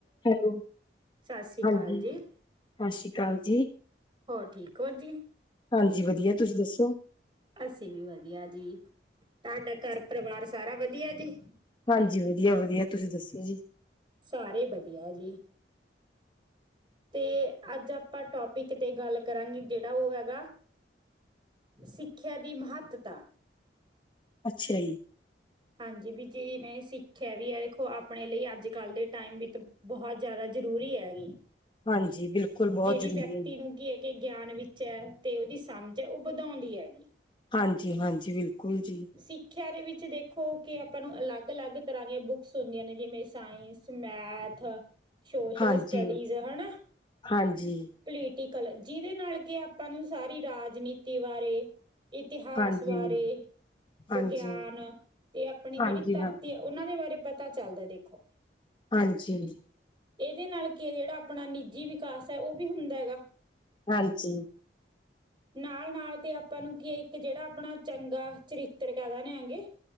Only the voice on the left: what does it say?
ਹੈਲੋ
ਹਾਂਜੀ,
ਸਤਿ ਸ੍ਰੀ ਅਕਾਲ ਜੀ।
ਹਾਂਜੀ ਵਧੀਆ ਤੁਸੀਂ ਦੱਸੋ
ਹਾਂਜੀ, ਵਧੀਆ ਵਧੀਆ ਤੁਸੀਂ ਦੱਸੋ ਜੀ।
ਅੱਛਾ, ਜੀ।
ਹਾਂਜੀ, ਬਿਲਕੁਲ। ਬਹੁਤ
ਜ਼ਰੂਰੀ
ਹੈ ਜੀ।
ਹਾਂਜੀ ਹਾਂਜੀ, ਬਿਲਕੁਲ ਜੀ।
ਹਾਂਜੀ-ਹਾਂਜੀ,
ਹਾਂਜੀ।
ਹਾਂਜੀ,
ਹਾਂਜੀ
ਹਾਂਜੀ
ਹਾਂ,
ਹਾਂਜੀ।
ਹਾਂਜੀ।